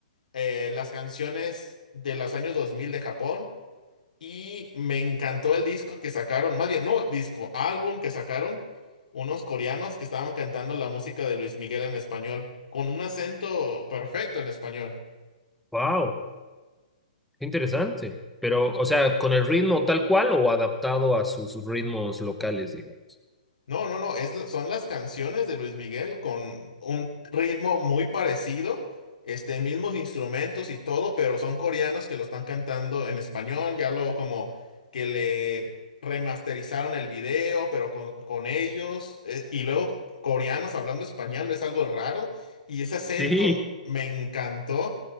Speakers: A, on the left; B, in the centre.
A: eh, las canciones de los años 2000 de Japón. Y me encantó el disco que sacaron, más bien, no disco, álbum que sacaron unos coreanos que estaban cantando la música de Luis Miguel en español, con un acento perfecto en español.
B: Wow. Interesante. Pero, o sea, ¿con el ritmo tal cual o adaptado a sus ritmos locales, digamos?
A: No, no, no, es, la- son las canciones de Luis Miguel con un ritmo muy parecido, este, mismos instrumentos y todo, pero son coreanos que lo están cantando en español, ya lo como que le remasterizaron el video, pero con, con ellos, eh, y luego coreanos hablando español, es algo raro, y ese acento
B: Sí,
A: me encantó,